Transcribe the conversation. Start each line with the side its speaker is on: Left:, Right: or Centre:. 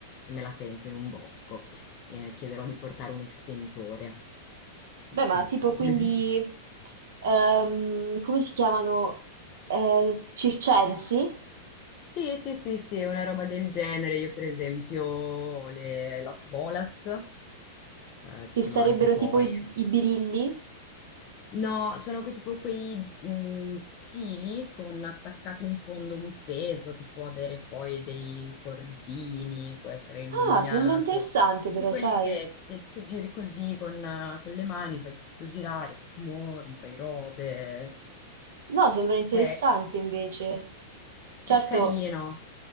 Left: se me la sento in un bosco. Eh, chiederò di portare un estintore,
Right: Beh, ma
Left: perché...
Right: tipo quindi,
Left: <laughs>
Right: ehm, come si chiamano? Eh, circensi?
Left: Sì, sì, sì, sì, è una roba del genere. Io, per esempio, ho le Las Bolas, eh, che
Right: Che
Left: si chiamano
Right: sarebbero
Left: anche i poi.
Right: tipo i, i birilli?
Left: No, sono quei, tipo quei mm, fili con attaccato in fondo un peso che può avere poi dei cordini, può essere illuminato.
Right: Ah, sembra interessante
Left: Di
Right: però,
Left: quelli
Right: sai?
Left: che, che- che giri così con, eh, con le mani, fai tutto girare, poi ti muovi, fai robe.
Right: No, sembra interessante
Left: È,
Right: invece. Certo,
Left: è carino,